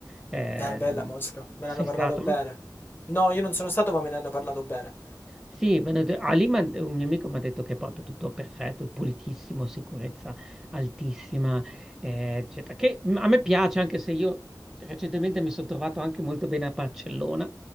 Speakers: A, in the centre; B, on the left (about 30°).
A: Eh,
B: Eh, bella Mosca, me
A: sei
B: ne hanno parlato
A: stato?
B: bene. No, io non sono stato, ma me ne hanno parlato bene.
A: Sì, me ne de- Ali, m'ha- un mio amico mi ha detto che è proprio tutto perfetto, pulitissimo, sicurezza altissima, eh, eccetera. Che mm, a me piace, anche se io recentemente mi sono trovato anche molto bene a Barcellona